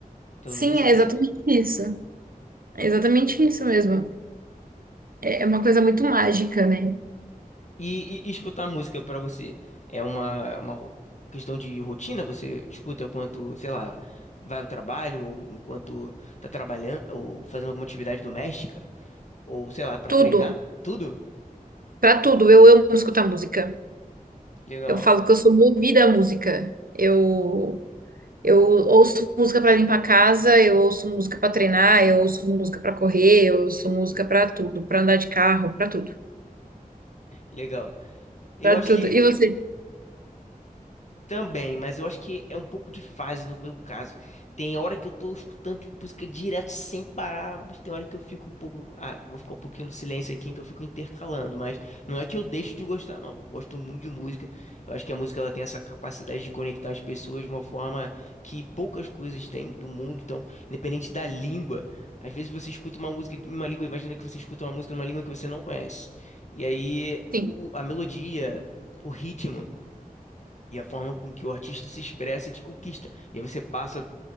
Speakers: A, on the left; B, on the right.
A: Pelo
B: Sim,
A: menos é assim
B: é
A: que
B: exatamente
A: eu sinto.
B: isso. É exatamente isso mesmo. É é uma coisa muito mágica, né?
A: E, e- e escutar música pra você é uma, uma ro- questão de rotina? Você escuta enquanto, sei lá, vai ao trabalho, ou enquanto tá trabalhando, ou fazendo alguma atividade doméstica, ou sei lá, pra
B: Tudo,
A: treinar? Tudo?
B: para tudo, eu amo escutar música.
A: Legal,
B: Eu falo que eu sou movida à música. Eu Eu ouço música para limpar a casa, eu ouço música para treinar, eu ouço música para correr, eu ouço música para tudo, para andar de carro, para tudo,
A: legal. Eu
B: para
A: acho
B: tudo.
A: que
B: E você?
A: Também, mas eu acho que é um pouco de fase no meu caso. Tem hora que eu tô escutando tipo, música direto sem parar, mas tem hora que eu fico um pouco. Ah, vou ficar um pouquinho no silêncio aqui, então eu fico intercalando. Mas não é que eu deixo de gostar, não. Eu gosto muito de música. Eu acho que a música ela tem essa capacidade de conectar as pessoas de uma forma que poucas coisas têm do mundo. Então, independente da língua, às vezes você escuta uma música em uma língua, imagina que você escuta uma música em uma língua que você não conhece. E aí
B: Sim,
A: o- o- a melodia. O ritmo e a forma com que o artista se expressa te conquista. E aí você passa a